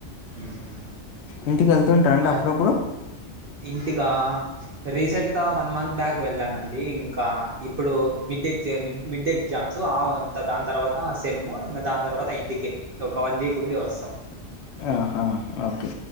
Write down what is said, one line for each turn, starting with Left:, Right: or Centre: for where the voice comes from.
Right: మ్మ్.
Left: ఇంటికి వెళ్తూ ఉంటరా అండి
Right: ఆ,
Left: అప్పుడప్పుడు
Right: ఇంటికా రీసెంట్గా వన్ మంత్ బ్యాక్ వెళ్ళానండి ఇంకా ఇప్పుడు మిడ్ ఎగజామ్ మిడ్డే ఎగ్జామ్ సోం ఆ దాని తర్వాత సెమ్ ఇగా దాని తర్వాత ఇంటికి ఒక వన్ వీక్ ఉండి వస్తా
Left: ఆహా ఓకే